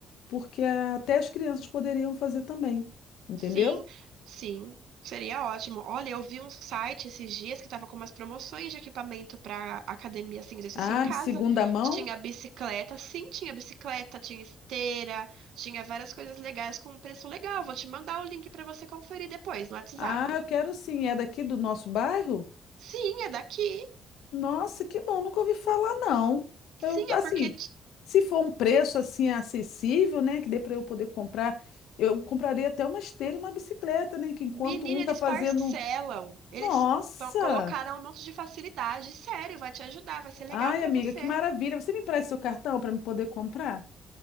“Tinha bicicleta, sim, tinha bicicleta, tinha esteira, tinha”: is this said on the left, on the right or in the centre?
Right